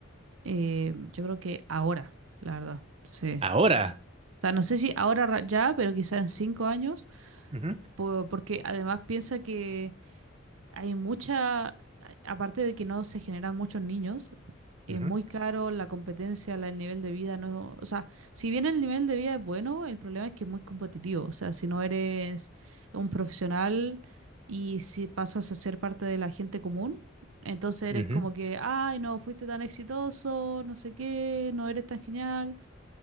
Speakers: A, on the right; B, on the right.
A: eh, yo creo que ahora, la verdad, sí.
B: Ahora.
A: O sea, no sé si ahora ra- ya, pero quizás en 5 años,
B: Ujú,
A: po- porque además piensa que hay mucha, a- aparte de que no se generan muchos niños, es
B: ujú,
A: muy caro la competencia, la- el nivel de vida, no, o sea, si bien el nivel de vida es bueno, el problema es que es muy competitivo, o sea, si no eres un profesional y si pasas a ser parte de la gente común, entonces eres
B: ujú.
A: como que, ay, no fuiste tan exitoso, no sé qué, no eres tan genial,